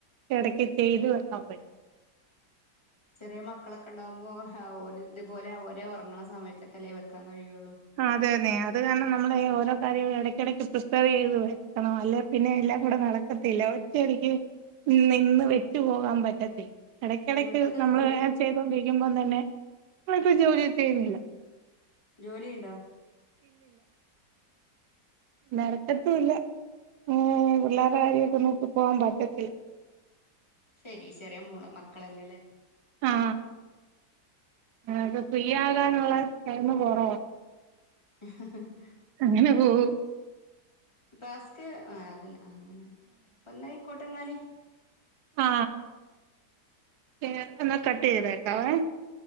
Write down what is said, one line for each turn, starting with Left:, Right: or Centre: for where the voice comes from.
Right: ഇടക്ക് ചെയ്ത് വെക്കാൻ പറ്റും
Left: ചെറിയ മക്കളൊക്കെ ഉണ്ടാവുമ്പോ ഇതുപോലെ അവര്ഉറങ്ങണ സമയത്തൊക്കെല്ലേ വെക്കാൻ കഴിയുള്ളൂ
Right: ആ അതെതെ അത് കാരണം നമ്മളെ ഓരോ കയ ഇടക്കിടയ്ക്ക് പ്രിസ്ക്രൈബ് ചെയ്ത് വെക്കണം അല്ലെ പിന്നെ എല്ലാം കൂടെ നടക്കത്തില്ല ഒറ്റയടിക്ക് നിന്ന് വെച്ച് പോകാൻ പറ്റത്തില്ല ഇടയ്ക്കിടക്ക്
Left: നിങ്ങൾക്ക് എന്താ
Right: നമ്മള്
Left: ജോലി
Right: ചെയ്തൊണ്ടിരിക്കുമ്പോം തന്നെ ഇപ്പംജോലിയെന്നുചെയ്യുന്നില്ല
Left: ജോലിയുണ്ടാ?
Right: നടക്കത്തുംല്ല ഉം പിള്ളേരുടെ കാര്യൊക്കെ നോക്കി പോവാൻ പറ്റത്തില്ല.
Left: ശെരി ചെറിയ മൂള മക്കളല്ലേല്ലേ
Right: ആ അത് ഫ്രീയാകാന്നുള്ളടൈം കൊറവാ
Left: ഹ ഹ ഹ
Right: അങ്ങനെപോകും
Left: ടാസ്ക് അതില്ല ആഹ് അങ്ങനെ അപ്പൊ എന്നായിക്കോട്ടെ എന്നാല്
Right: ആ എന്നാ കട്ട് ചെയ്തേക്കാവേ